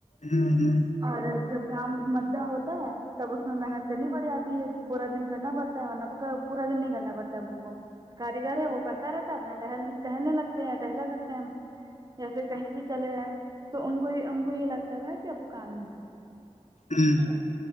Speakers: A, on the left (about 70°); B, on the right (about 35°).
A: ہوں ہوں
B: اور جب کام مدہ ہوتا ہے تب اس میں محنت کرنی پڑ جاتی ہے پورا دن کرنا پڑتا ہے ورنہ تو پورا دن نہیں کرنا پڑتا ہے بک کو کاریگر ہے وہ کرتا رہتا ہے اب ن ٹہل ٹہلنے لگتے ہیں یا ٹہلا کرتے ہیں ہم یا پھر کہیں بھی چلے جائیں تو ان کو ان کو یہ لگتا تھا کہ اب وہ کام نہیں کرتے
A: ہوں
B: ٹھیک ہے